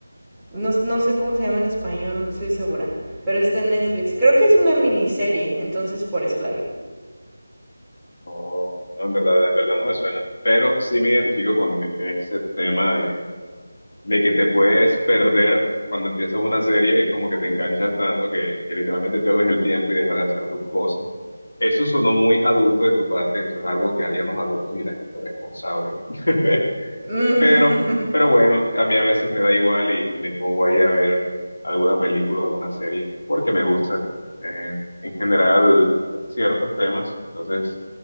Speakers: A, in the centre; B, on the left.
A: No, no sé cómo se llama en español, no estoy segura. Pero está en Netflix. Y creo que es una miniserie, entonces por eso la vi.
B: Oh, no, en verdad, en verdad no me suena, pero sí me identifico con ese tema de, de que te puedes perder cuando empiezas una serie, es como que te enganchas tanto que, que literalmente pierdes el tiempo y dejas de hacer tus cosas. Eso sonó muy adulto de tu parte, eso es algo que harían los adultos y la gente responsable. <laughs>
A: Mm.
B: Pero, pero bueno, a mí a veces me da igual y, y me pongo ahí a ver alguna película o alguna serie porque me gusta eh, en general ciertos temas, entonces